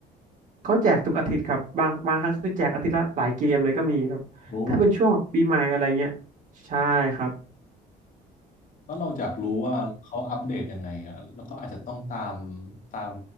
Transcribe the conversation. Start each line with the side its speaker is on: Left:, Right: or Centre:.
Right: เขาแจกทุกอาทิตย์ครับบางบางครั้งคือแจกอาทิตย์ละหลายเกมเลยก็มีครับถ้าเป็นช่วงแบบปีใหม่อะไรเงี้ย
Left: โอ้
Right: ใช่ครับ
Left: แล้วเราอยากรู้ว่าเขาอัปเดตยังไงอะแล้วก็อาจจะต้องตามตาม